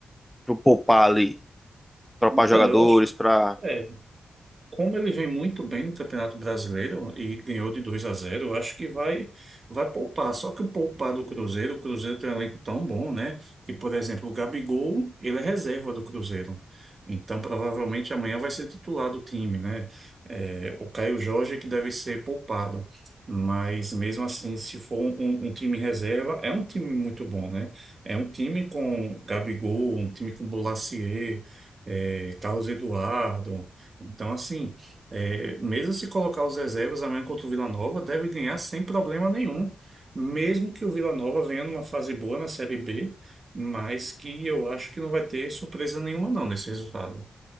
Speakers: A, in the centre; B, on the right (about 40°).
A: pro poupar ali, poupar
B: Então,
A: jogadores,
B: eu
A: pra.
B: É, como ele vem muito bem no Campeonato Brasileiro e ganhou de 2 a zero, eu acho que vai vai poupar. Só que o poupar do Cruzeiro, o Cruzeiro tem um elenco tão bom, né? Que, por exemplo, o Gabigol, ele é reserva do Cruzeiro. Então, provavelmente amanhã vai ser titular do time, né? É, o Caio Jorge é que deve ser poupado. Mas mesmo assim, se for um, um um time reserva, é um time muito bom, né? É um time com Gabigol, um time com Bolasie, é, Carlos Eduardo. Então, assim, é, mesmo se colocar os reservas amanhã contra o Vila Nova, deve ganhar sem problema nenhum. Mesmo que o Vila Nova venha numa fase boa na Série B, mas que eu acho que não vai ter surpresa nenhuma, não, nesse resultado.